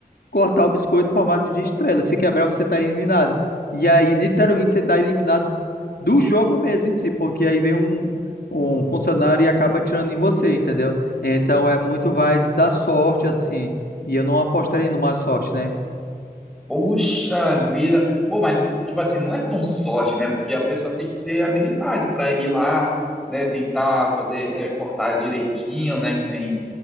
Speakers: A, on the left; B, in the centre.
A: cortar o biscoito em formato de estrela. Se quebrar, você está eliminado. E aí, literalmente, você está eliminado do jogo mesmo em si, porque aí vem um, um funcionário e acaba tirando em você, entendeu? Então é muito mais da sorte assim. E eu não apostaria numa sorte, né?
B: Poxa vida. Pô, mas, tipo assim, não é tão sorte, né? Porque a pessoa tem que ter habilidade para ir lá, né? Tentar fazer, é, cortar direitinho, né? Que nem,